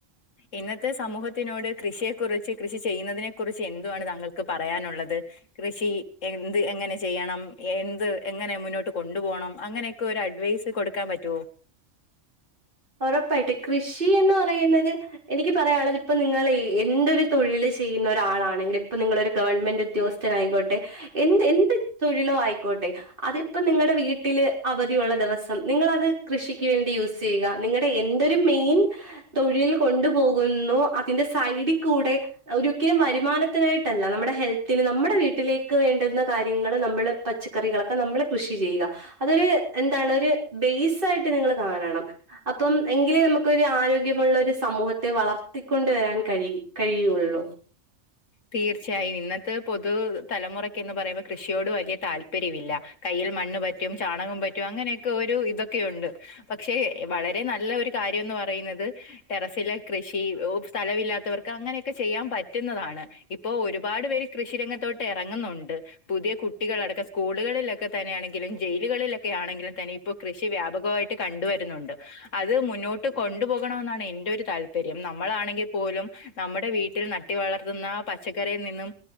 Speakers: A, on the left; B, on the right.
A: ഇന്നത്തെ സമൂഹത്തിനോട് കൃഷിയെ കുറിച്ച് കൃഷി ചെയ്യുന്നതിനെ കുറിച്ച് എന്തുവാണ് താങ്കൾക്ക് പറയാനുള്ളത് ത് കൃഷി എന്ത് എങ്ങനെ ചെയ്യണം എന്ത് എങ്ങനെ മുന്നോട്ട് കൊണ്ടുപോകണം അങ്ങനെയൊക്കെ ഒരു അഡ്വൈസ് കൊടുക്കാൻ പറ്റുവോ
B: ഉറപ്പായിട്ട് കൃഷി എന്ന് പറയുന്നത് എനിക്ക് പറയാനുള്ളത് ഇപ്പം നിങ്ങൾ എന്റെൊരു തൊഴിൽ ചെയ്യുന്ന ഒരാളാണെങ്കിൽ ഇപ്പൊ നിങ്ങള് ഒരു ഗവൺമെന്റ് ഉദ്യോഗസ്ഥൻ ആയിക്കോട്ടെ എന്ത് എന്ത് തൊഴിലോ ആയിക്കോട്ടെ അതിപ്പം നിങ്ങളുടെ വീട്ടില് അവധിയുള്ള ദിവസം നിങ്ങളത് കൃഷിക്ക് വേണ്ടി യൂസ് ചെയ്യുക നിങ്ങളുടെ എന്തൊരു മെയിൻ തൊഴിൽ കൊണ്ടു പോകുന്നു അതിന്റെ സൈഡിൽ കൂടെ ഒരിക്കലും വരുമാനത്തിനായിട്ടല്ല നമ്മുടെ ഹെൽത്തിന് നമ്മുടെ വീട്ടിലേക്ക് വേണ്ടുന്ന കാര്യങ്ങൾ നമ്മള് പച്ചക്കറി കളെക്കെ നമ്മള് കൃഷി ചെയ്യാ അതൊരു എന്താണ് നിങ്ങളൊരു ബേസ് ആയിട്ട് കാണണം അപ്പം എങ്കിലേ നമുക്ക് ഒരു ആരോഗ്യമുള്ള ഒരു സമൂഹത്തെ വളർത്തിക്കൊണ്ട് വരാൻ കഴി കഴിയുള്ളു
A: തീർച്ചയായും ഇന്നത്തെ പൊതു തലമുറയ്ക്ക്ന്ന് പറയുമ്പോ കൃഷിയോട് വലിയ താല്പര്യമില്ല കൈ ൽ മണ്ണ് പറ്റും ചാണകം പറ്റും അങ്ങനെയൊക്കെ ഒരു ഇതൊക്കെ ഉണ്ട് പക്ഷെ വളരെ നല്ല ഒരു കാര്യ എന്ന് പറയുന്നത് ടെറസിലെ കൃഷി സ്ഥലമില്ലാത്തവർക്ക് അങ്ങനെയൊക്കെ ചെയ്യാൻ പറ്റുന്നതാണ് ഇപ്പൊ ഒരുപാട് പേര് കൃഷി രംഗത്തോട്ട് ഇറങ്ങുന്നുണ്ട് പുതിയ കുട്ടികൾ അടക്കം സ്കൂളുകളിലൊക്കെ തന്നെ ആണെങ്കിലും ജയിലുകളിലൊയാണെങ്കിലും തന്നെ ഇപ്പോ കൃഷി വ്യാപകമായിട്ട് കണ്ട് വരുന്നുണ്ട് അത് മുന്നോട്ട് കൊണ്ടുപോകണമെന്നാണ് എന്റൊരു താല്പര്യം നമ്മളാണെങ്കിൽ പോലും നമ്മുടെ വീട്ടിൽ നട്ട് വളർത്തുന്ന പച്ചക്കറിയിൽ നിന്നും